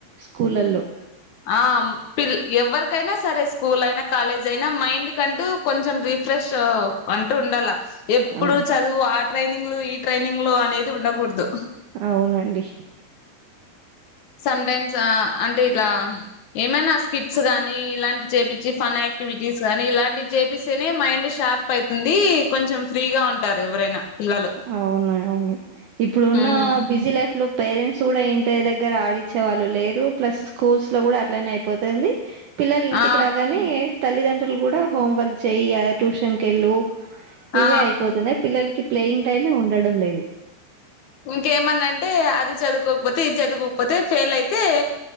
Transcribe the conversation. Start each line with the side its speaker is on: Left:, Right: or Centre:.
Right: స్కూలాలో
Left: ఆ పి ఎవరికైనా సరే స్కూల్ అయినా కాలేజ్ అయినా మైండ్ కంటూ కొంచెం రి ఫ్రెష్ అంటూ ఉండాల ఎప్పుడు
Right: అవు
Left: చదువు ఆ ట్రైనింగ్లు ఈ ట్రైనింగ్లు అనేది ఉండకూడదు
Right: అవునండి
Left: సమ్టైమ్స్ అంటే ఇలా ఏమైనా స్కిట్స్ గానీ ఇలాంటి చేపించి ఫన్ క్ ఎక్టివిటీస్ కానీ ఇలాంటి చేపిస్తేనే మైండ్ షార్ప్ అయితుంది కొంచెం ఫ్రీగా ఉంటారు ఎవరైనా పిల్లలు
Right: అవునాయి అవును ఇప్పుడున్న
Left: మ్మ్
Right: బిజీ లైఫ్ లో పేరెంట్స్ కూడా ఇంటి దగ్గర ఆడిచ్చే వాళ్ళు లేరు ప్లస్ స్కూల్స్ లో కూడా అట్లనే అయిపోతుంది పిల్లలు ఇంటికి
Left: ఆ
Right: రాగానే తల్లిదండ్రులు కూడా హోంవర్క్ చేయయి ట్యూషన్కి వెళ్ళు ఇవే
Left: ఆ
Right: అయిపోతున్నాయి పిల్లలకి ప్లేయింగ్ టైమే ఉండడం లేదు
Left: ఇంకేమన్నా అంటే అది చదువుకోకపోతే ఇది చదుకోకపోతే ఫెయిల్ అయితే